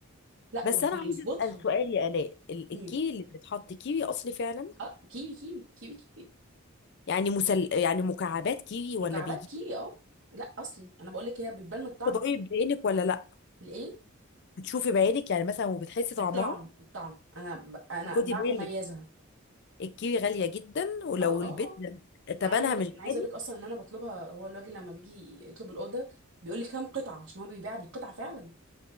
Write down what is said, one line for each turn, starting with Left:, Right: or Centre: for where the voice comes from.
Right: لا
Left: بس
Right: وبيظبطها
Left: انا عايزه اسال سؤال يا الاء ال-
Right: هم.
Left: الكيوي اللي بتتحط كيوي اصلي فعلا
Right: اه كيوي كيوي كيوي كيوي
Left: يعني مسل... يعني مكعبات كيوي ولا
Right: مكعبات
Left: بيجي
Right: كيوي اه لا اصلي انا بقول لك هي بتبان من الطعم
Left: تدوقي بعينك ولا لا
Right: الايه
Left: بتشوفي بعينك يعني مثلا وبتحسي طعمها
Right: الطعم الطعم انا ب... انا
Left: وخدي
Right: بعرف
Left: بالك
Right: اميزها
Left: الكيوي غالية جدا ولو
Right: اه اه
Left: البيت
Right: اه
Left: جدا تبنها
Right: ما انا عايزه اقول
Left: مش
Right: لك انا عايزه
Left: غالي
Right: اقول لك اصلا ان انا بطلبها هو الراجل لما بيجي يطلب الاوردر بيقول لي كام قطعه عشان هو بيبيع بالقطعه فعلا